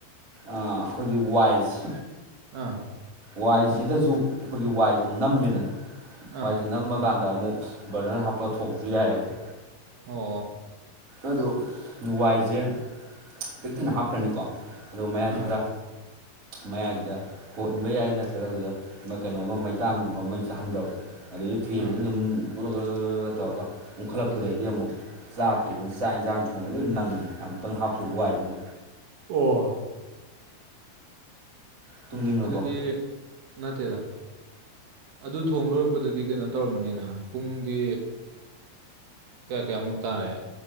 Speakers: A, on the right; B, on the right.
A: ꯑꯩꯈꯣꯏꯒꯤ ꯋꯥꯏꯁ
B: ꯑꯥ
A: ꯋꯥꯏꯁꯤꯗꯁꯨ ꯑꯩꯈꯣꯏꯒꯤ ꯋꯥꯏꯁꯦ ꯅꯝꯃꯦꯗꯅ
B: ꯑꯥ
A: ꯋꯥꯏꯁꯦ ꯅꯝꯃꯀꯥꯟꯗ ꯑꯃꯨꯛ ꯕꯔꯗꯟ ꯍꯥꯞꯄ ꯊꯣꯛꯁꯨ ꯌꯥꯏꯑꯕ
B: ꯑꯣ ꯑꯣ
A: ꯑꯗꯣ ꯅꯋꯥꯏꯁꯦ ꯄꯤꯛꯊꯅ ꯍꯥꯞꯈ꯭ꯔꯅꯤꯀꯣ ꯑꯗꯨꯒ ꯃꯌꯥꯏꯁꯤ
B: ꯑꯥ
A: ꯈꯔ ꯃꯌꯥꯏꯁꯤꯗ ꯍꯣꯟꯕ ꯌꯥꯏ ꯅꯠꯇꯦ ꯅꯠꯇ꯭ꯔꯒ ꯑꯗꯨꯗ ꯃ ꯀꯩꯅꯣꯝꯃ ꯃꯩꯇꯥꯟꯒꯨꯝꯕ ꯃꯩ ꯆꯥꯍꯟꯈ꯭ꯔꯕ ꯑꯗꯨꯩ ꯐꯦꯟꯁꯤꯅ
B: ꯑꯥ
A: ꯑꯗꯨꯝ ꯎꯔꯛ ꯎꯥ ꯇꯧꯔꯒ ꯑꯃꯨꯛꯠꯂꯛꯄꯗꯩꯗꯤ ꯑꯃꯨꯛ ꯆꯥꯛ ꯀꯗꯅ ꯆꯥꯛ ꯌꯦꯟꯁꯥꯡ ꯊꯣꯡꯕ ꯂꯣꯏ ꯅꯪꯉꯤ ꯑꯃꯨꯛꯇꯪ ꯍꯥꯞꯈꯤꯕ ꯋꯥꯏꯗꯨꯅ
B: ꯑꯣ
A: ꯇꯨꯝꯅꯤꯡꯉꯕꯣ
B: ꯑꯗꯨꯗꯤ ꯅꯠꯇꯦꯗ ꯑꯗꯨ ꯊꯣꯡ ꯂꯣꯏꯔꯛꯄꯗꯗꯤ ꯀꯩꯅꯣ ꯇꯧꯔꯝꯕꯅꯤꯅ ꯄꯨꯡꯗꯤ ꯀꯌꯥ ꯀꯌꯥꯃꯨꯛ ꯇꯥꯏꯌꯦꯦ